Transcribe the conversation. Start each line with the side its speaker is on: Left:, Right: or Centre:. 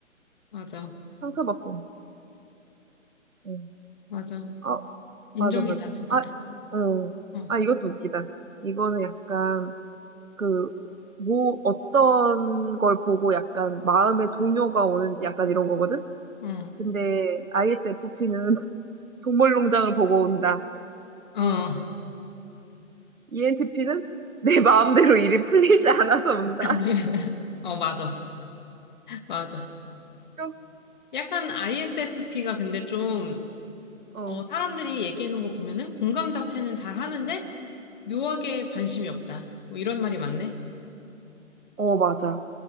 Left: 맞아.
Right: 상처받고. 응.
Left: 맞아.
Right: 어, 아,
Left: 인정이다,
Right: 맞아, 맞아.
Left: 진짜.
Right: 아, 어.
Left: 어,
Right: 아, 이것도 웃기다. 이거는 약간 그, 뭐, 어떤 걸 보고 약간 마음에 동요가 오는지 약간 이런 거거든?
Left: 어,
Right: 근데 ISFP는 <laughs> 동물농장을 보고 온다.
Left: 어.
Right: ENTP는 내 마음대로 일이 풀리지 않아서 운다.
Left: <laughs> 어, 맞아. 맞아.
Right: 웃겨.
Left: 약간 ISFP가 근데 좀,
Right: 어,
Left: 어, 사람들이 얘기하는 거 보면은 공감 자체는 잘 하는데 묘하게 관심이 없다. 뭐 이런 말이 맞네.
Right: 어, 맞아.